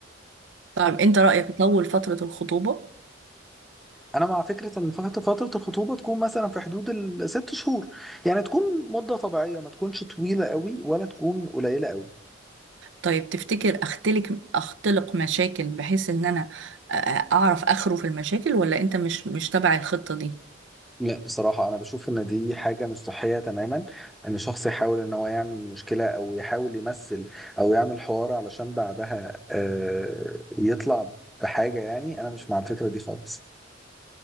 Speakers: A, on the right; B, in the centre.
A: طب انت رايك اطول فتره الخطوبه
B: انا مع فكره ان فتره فتره الخطوبه تكون مثلا في حدود الست شهور يعني تكون مده طبيعيه ما تكونش طويله قوي ولا تكون قليله قوي
A: طيب تفتكر اختلق اختلق مشاكل بحيث ان انا آه، اعرف اخره في المشاكل ولا انت مش مش تبع الخطة دي
B: لا بصراحه انا بشوف ان دي حاجه مش صحيه تماما ان شخص يحاول ان هو يعمل مشكله او يحاول يمثل او يعمل حوار علشان بعدها آه، يطلع بحاجه يعني انا مش مع الفكره دي خالص